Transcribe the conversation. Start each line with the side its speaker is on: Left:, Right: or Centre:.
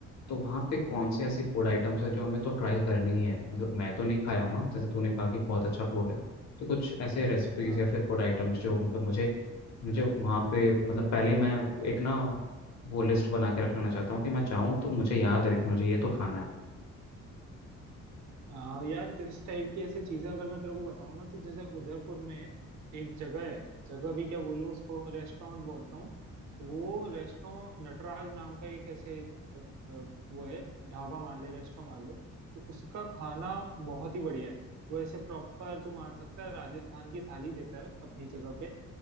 Left: तो वहाँ पे कौन से ऐसे फूड आइटम्स
Right: हाँ
Left: हैं जो हमें तो ट्राई करनी ही है मतलब मैं तो नहीं खाया हूँ ना जैसे तूने कहा कि बहुत अच्छा फूड है तो कुछ ऐसे रेसिपीज
Right: हाँ
Left: या फिर फूड आइटम्स जो मतलब मुझे मुझे वहाँ पे मतलब पहले ही मैं एक ना वो लिस्ट बना के रख लेना चाहता हूँ कि मैं जाऊँ तो मुझे याद रहे कि मुझे ये तो खाना है
Right: हाँ यार इस टाइप की ऐसे चीजें अगर मैं तेरे को बताऊँ ना तो जैसे उदयपुर में एक जगह है जगह भी क्या बोलूँ उसको रेस्टोरेंट बोलता हूँ तो वो रेस्टोरेंट नटराज नाम का एक ऐसे अ, अ, वो है ढाबा मान ले रेस्टोरेंट मान ले तो उसका खाना बहुत ही बढ़िया है वो ऐसे प्रॉपर तू मान सकता है राजस्थान की थाली देता है अपनी जगह पे